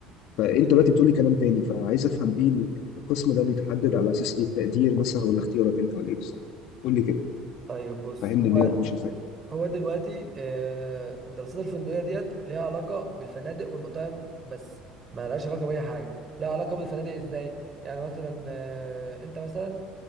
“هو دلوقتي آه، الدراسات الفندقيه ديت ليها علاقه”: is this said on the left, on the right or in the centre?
Right